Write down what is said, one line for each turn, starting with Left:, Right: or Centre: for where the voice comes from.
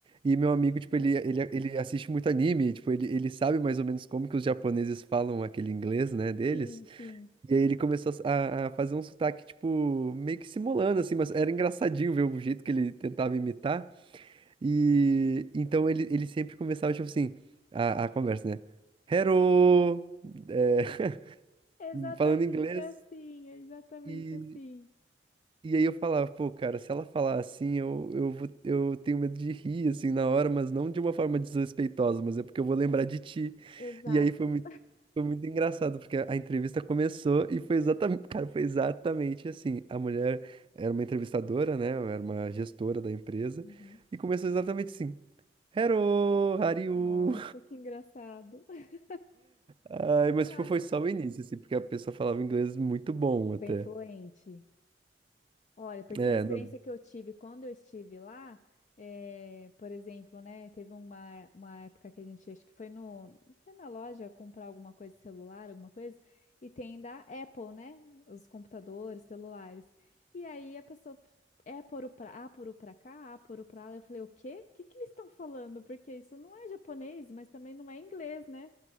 Right: E meu amigo, tipo, ele, ele, ele assiste muito anime, tipo, ele, ele sabe mais ou menos como que os japoneses falam aquele inglês, né, deles.
Left: Sim, sim.
Right: E aí ele começou a, a fazer um sotaque, tipo, meio que simulando, assim, mas era engraçadinho ver o jeito que ele tentava imitar. E então ele, ele sempre começava, tipo assim, a, a conversa, né? Hello! É,
Left: Exatamente
Right: <laughs> falando inglês.
Left: assim, é exatamente
Right: E,
Left: assim.
Right: e aí eu falava, pô, cara, se ela falar assim, eu, eu, vou- eu tenho medo de rir, assim, na hora, mas não de uma forma desrespeitosa, mas é porque eu vou lembrar de ti.
Left: Exato.
Right: E aí foi muito, foi muito engraçado, porque a entrevista começou e foi exatamente, <laughs> cara, foi exatamente assim. A mulher era uma entrevistadora, né? Era uma gestora da empresa,
Left: Uhum.
Right: e começou exatamente assim. Hello, how are you?
Left: Nossa, que engraçado. <laughs>
Right: Ai, mas
Left: Ah,
Right: tipo, foi só o início, assim, porque a pessoa falava inglês muito bom
Left: Bem
Right: até.
Left: fluente. Olha, porque
Right: É,
Left: a experiência
Right: não.
Left: que eu tive quando eu estive lá, eh, por exemplo, né, teve uma, uma época que a gente, acho que foi no, foi na loja comprar alguma coisa, celular, alguma coisa, e tem da Apple, né, os computadores, celulares. E aí a pessoa, é por o pra, a por o pra cá, ah, por o pra lá. Eu falei, o quê? O que que eles estão falando? Porque isso não é japonês, mas também não é inglês, né?